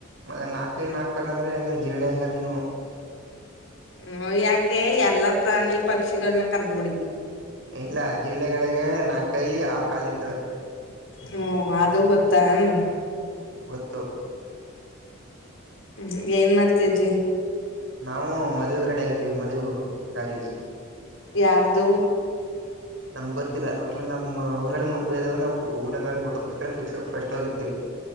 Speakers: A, on the right; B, on the left.
A: ಅದ ನಾಲ್ಕೈ ನಾಲ್ಕಲ್ಲ ಅಂದ್ರೆ ಹೆಂಗಾರ ಜೀಳೆ ಹೆಂಗಾರ ನೀವು
B: ಹ್ಮ ಯಾಕೆ ಎಲ್ಲಾ ಪ್ರಾಣಿ ಪಕ್ಷಿಗಳನ್ನ ಕರ್ದ್ಬಿಡಿ
A: ಇಲ್ಲ ಜೀಳೆಗಳಿಗೆ ನಾಲ್ಕಕೈ ಆರ್ ಕಾಲು ಇರ್ತವೆ
B: ಹ್ಮ ಅದುೂ ಗೊತ್ತಾ ಹ್ಮ
A: ತ್ತು
B: ಹ್ಮ್ ಏನ್ ಮಾಡ್ತಿದ್ರಿ
A: ನಾವು ಮದ್ುವೆೆಗೆ ರೆಡ್ ಆಗಿದ್ದೀವಿ ಮದ್ವೆೆಗೆ ಹೋಗ್ಬೇಕು ಗಾರಲಿ
B: ಯಾರ್ದು
A: ನಮ್ಗ್ ಗೊತ್ತಿಲ್ಲ ಒಟ್ ನಮ್ಮ್ ಊರಲ್ಲಿ ಮದ್ೆ ಇದಾಗ ನಾವು ಊಟ ಊಟಕೋಸ್ಕರ ಫಿಕ್ಸ್ ಫಸ್ಟ್ ಹೋಗಿರ್ತೀವಿ